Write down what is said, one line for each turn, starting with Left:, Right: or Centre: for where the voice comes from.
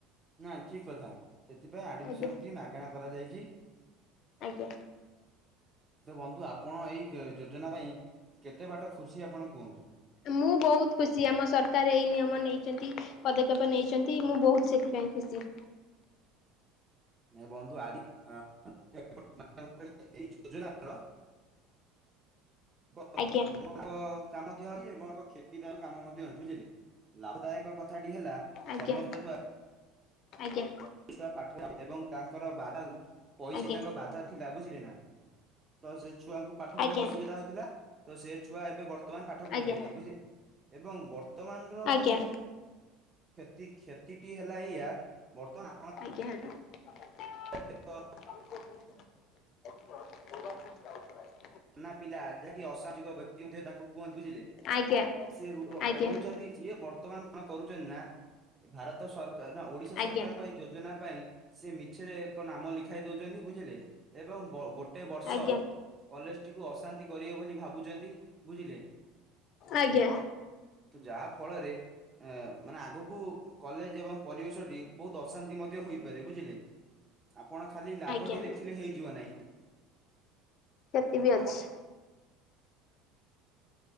Right: ନା ଠିକ କଥା ସେଥିପାଇଁ ଆଡମିସନ
Left: ଆଜ୍ଞା
Right: ଟି ମାଗଣା କରାଯାଇଛି।
Left: ଆଜ୍ଞା।
Right: ତ ବନ୍ଧୁ ଆପଣ ଏଇ ଯୋଜନା ପାଇଁ କେତେ ବାଟ ଖୁସି ଆପଣ କୁହନ୍ତୁ।
Left: ମୁଁ ବହୁତ ଖୁସି ଆମ ସରକାର ଏଇ ନିୟମ ନେଇଚନ୍ତି ପଦକ୍ଷେପ ନେଇଚନ୍ତି ମୁଁ ବହୁତ ସେଥିପାଇଁ ଖୁସି।
Right: ନାଇ ବନ୍ଧୁ ଆଡି <unintelligible> ଏଇ ଯୋଜନାର କ
Left: ଆଜ୍ଞା।
Right: ସମସ୍ତ କାମ ମଧ୍ୟ ଅଛି ଏବଂ ଏକ କ୍ଷତିକାର କାମ ମଧ୍ୟ ଅଛି ବୁଝିଲେ ଲାଭଦାୟକ କଥାଟି ହେଲା
Left: ଆଜ୍ଞା
Right: ସମସ୍ତ ଛୁଆ
Left: ଆଜ୍ଞା।
Right: <unintelligible> ଏବଂ ତାଙ୍କର ବାଧା ପଇସି
Left: ଆଜ୍ଞା
Right: ତାଙ୍କ ବାଧା ଥିଲା ବୁଝିଲେ ନା ତ ସେ ଛୁଆଙ୍କୁ ପାଠ
Left: ଆଜ୍ଞା
Right: ପଢେଇବାକୁ ଅସୁବିଧା ହଉଥିଲା ତ ସେ ଛୁଆ ଏବେ ବର୍ତ୍ତ ବର୍ତ୍ତମାନ ପାଠ
Left: ଆଜ୍ଞା
Right: ପଢି ପାରିବେ ବୁଝିଲେ ଏବଂ ବର୍ତ୍ତମାନର
Left: ଆଜ୍ଞା
Right: ମାନେ କ୍ଷତି କ୍ଷତିଟି ହେଲା ଏଇଆ ବର୍ତ୍ତମାନ
Left: ଆଜ୍ଞା
Right: ଆପଣ
Left: <unintelligible>
Right: ନା ପିଲା ଯାହାକି ଅସାମଜିକ ବ୍ୟକ୍ତି ମଧ୍ୟ ତାଙ୍କୁ କୁହନ୍ତି ବୁଝିଲେ।
Left: ଆଜ୍ଞା
Right: ସିଏ ରୁ
Left: ଆଜ୍ଞା
Right: ରହୁଛନ୍ତି ସିଏ ବର୍ତ୍ତମାନ କଣ କରୁଛନ୍ତି ନା ଭାରତ ସରକାର ନା ଓଡିଶା
Left: ଆଜ୍ଞା
Right: ସରକାରଙ୍କ ଏଇ ଯୋଜନା ପାଇଁ ସେ ମିଛରେ ଏକ ନାମ ଲେଖାଇ ଦଉଛନ୍ତି ବୁଝିଲେ ଏବଂ ଗୋଟେ ବର୍ଷ
Left: ଆଜ୍ଞା
Right: କଲେଜ ଟିକୁ ଅଶାନ୍ତି କରିବେ ବୋଲି ଭାବୁଛନ୍ତି ବୁଝିଲେ।
Left: ଆଜ୍ଞା।
Right: ଯାହା ଫଳରେ ଅ ମାନେ ଆଗକୁ କଲେଜ ଏବଂ ପରିବେଶଟି। ବହୁତ ଅଶାନ୍ତି ମଧ୍ୟ ହୋଇପାରେ ବୁଝିଲେ ଆପଣ ଖାଲି ଲାଭଟି
Left: ଆଜ୍ଞା
Right: ଦେଖିଲେ ହେଇଯିବ ନାହିଁ?
Left: ସେତିଵି ଅଛି।
Right: ଆପଣ